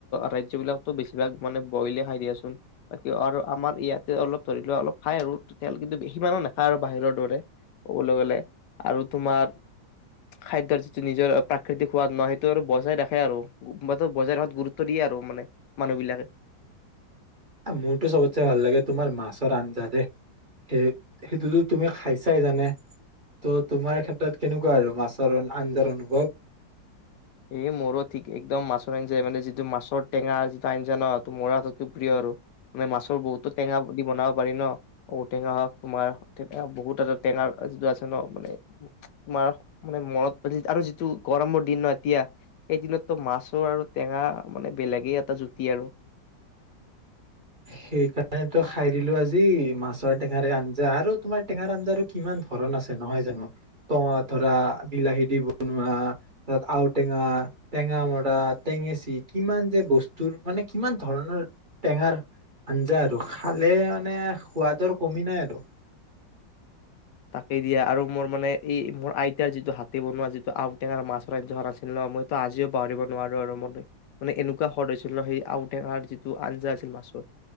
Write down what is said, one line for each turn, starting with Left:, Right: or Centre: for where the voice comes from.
Left: ৰাজ্যৰ বিলাকতো বেছিভাগ মানে বইলে খাই দিয়াচোন ক আৰু আমাৰ ইয়াতে অলপ ধৰি লোৱা অলপ খায় আৰু তেল কিন্তু বেছি মানুহ নাখায় আৰু বাহিৰৰ দৰে ক'বলৈ গলে আৰু তোমাৰ খাদ্যয়ৰ যিটো নিজৰ প্ৰাকৃতিক সোৱাদ নহয় সেইটো আৰু বজাই ৰাখে আৰু মতো বজাই সাত গুৰুত্ব দিয়ে আৰু মানে মানুহ বিলাকে।
Right: মোৰতো চবতচে ভাল লাগে তোমাৰ মাছৰ আঞ্জা দে সেই সেইটোতো তুমি খাইছাই জানে? ত' তোমাৰ ক্ষেত্ৰত কেনেকুৱা আৰু মাছ? চৰ আঞ্জাৰ অনুভৱ?
Left: এই মৰো ঠিক একদম মাছৰ আঞ্জা মানেিটো মাছৰ টেঙাৰ যিটো আঞ্জা ন ত মৰা ততকৈ প্ৰিয় আৰু। আমে মাছৰ বহুতো টেঙা দি বনাওঁ, পাৰি ন ঔটেঙা হওক তোমাৰ বহুত এটা টেঙা যিটো আছে ন মানে তোমাৰ মানে মন আৰু যিটো গৰমৰ দিন নহ। এতিয়া সেইদিনতো মাছৰ আৰু টেঙা মানে বেলেগেই এটা জুতি আৰু
Right: সেইকাৰণেতো খাই দিলো আজি। মাছৰ টেঙাৰে আঞ্জা আৰু। তোমাৰ টেঙাৰ আঞ্জা কিমান ধৰন আছে নহয় জানো টঙ ধৰা বিলাহী দি বনোৱা ত আওটেঙা টেঙা মৰা টেঙেচি, কিমান যে বস্তুৰ মানে কিমান ধৰণৰ টেঙাৰ আঞ্জা আৰু খালে মানে সোৱাদৰ কমি নাই আৰু।
Left: তাকেই দিয়া আৰু মোৰ মানে এই মোৰ আইতাৰ যিটো হাতে বনোৱা যিটো আউটেঙাৰ মাছৰ আঞ্জাখন আছিল ন মইো আজিও পাহৰিব নোৱাৰো আৰু ম মানে এনেকুৱা স্ৰদ হৈছিল ন সেই আউটেঙাৰ যিটো আঞ্জা আছিল মাছৰ